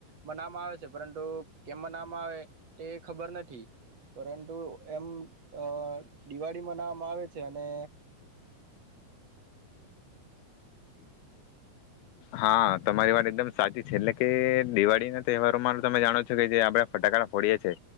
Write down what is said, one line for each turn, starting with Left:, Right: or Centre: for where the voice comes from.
Right: મનાવામાં આવે છે પરંતુ કેમ મનાવામાં આવે. તે ખબર નથી પરંતુ એમ અ દિવાળી મનાવામાં આવે છે અને.
Left: હા તમારી વાત એકદમ સાચી છે એટલે કે દિવાળી ના તહેવારોમાં તમે જાણો છો કે જે આપડ ફટાકડા ફોડીએ